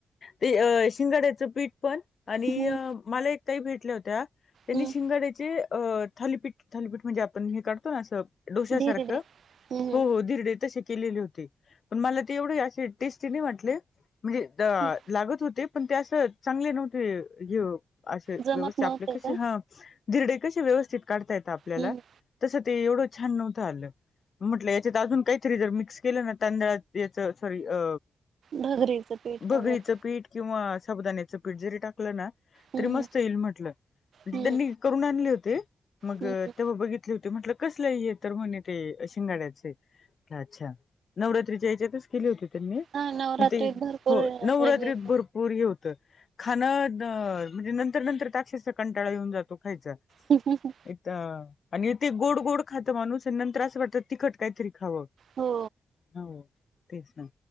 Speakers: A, on the left (about 45°); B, on the right (about 55°).
A: ते शिंगाड्याचं पीठ पण आणि
B: हम्म
A: मला एक ताई भेटल्या होत्या त्यांनी
B: हम्म
A: शिंगड्याचे अ थालीपीठ- थालीपीठ म्हणजे आपण हे काढतो ना असं डोश्यासारखं,
B: धीरे दे हम्म
A: हो हो धिरडे तसे केलेले होते पण मला ते एवढे असे टेस्टी नाही वाटले, म्हणजे
B: हम्म
A: लागत होते पण ते असं चांगले नव्हते. <unintelligible> अशी
B: जमत
A: व्यवस्था
B: नव्हते
A: आपल्या कशी
B: का?
A: हा. धीरडे कसे व्यवस्थित काढता येत आपल्याला,
B: हम्म
A: तसं ते एवढं छान नव्हतं आलं. म्हटलं याच्यात अजून काहीतरी जर मिक्स केलं ना तांदळा याच सॉरी अ
B: भगरीचं पीठ
A: भगरीच
B: वगैरे
A: पीठ किंवा साबुदाण्याचं पीठ जरी टाकलं ना
B: हम्म
A: तरी मस्त येईल म्हटलं म्हणजे
B: हम्म
A: त्यांनी करून आणले होते मग
B: हम्म हम्म.
A: तेव्हा बघित ठेवते म्हंटल कसं? <unintelligible> म्हणे ते शिंगाड्याच अच्छा नवरात्रीच्या याच्या तच केले होती त्यांनी,
B: हा नवरात्रीत
A: ते
B: भरपूर
A: हो
B: वेगवेगळे
A: नवरात्रीत भर <unintelligible> होत खाणं म्हणजे नंतर- नंतर ताक्षस कंटाळा येऊन जातो खायचा.
B: हू हू हू.
A: <unintelligible> आणि ते गोड गोड खातं माणूस आणि नंतर असं वाटत तिखट काहीतरी खावं.
B: हो
A: हो तेच ना.